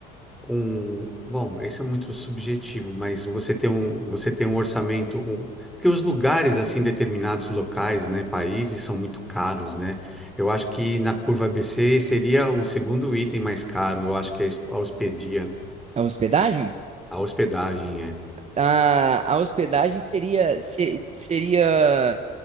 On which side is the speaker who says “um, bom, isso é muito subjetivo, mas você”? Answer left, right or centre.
Centre